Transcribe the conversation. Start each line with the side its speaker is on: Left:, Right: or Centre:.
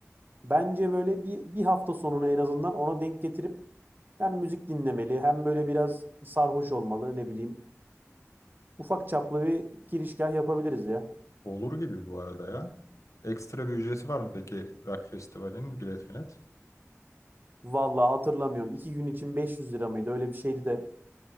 Right: Bence böyle bir, bir hafta sonunu en azından ona denk getirip hem müzik dinlemeli hem böyle biraz sarhoş olmalı ne bileyim. Ufak çaplı bir girişgah yapabiliriz ya.
Left: olur gibi bu arada ya. Ekstra bir ücreti var mı peki Rock Festivali'nin bilet bilet?
Right: Vallahi hatırlamıyorum. İki gün için 500 lira mıydı? Öyle bir şeydi de.